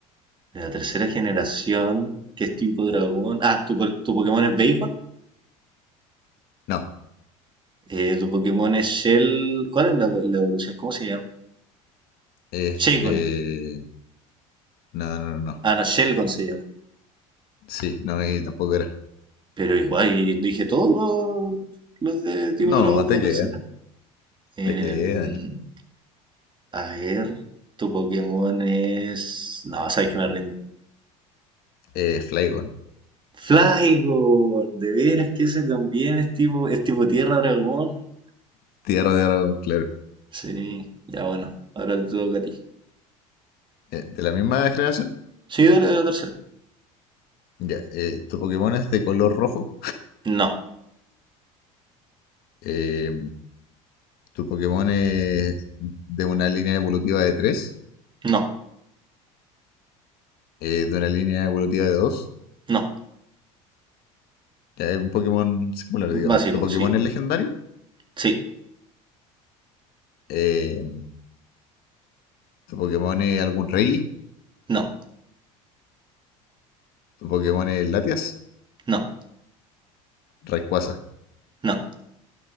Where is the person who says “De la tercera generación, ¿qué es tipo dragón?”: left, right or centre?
Right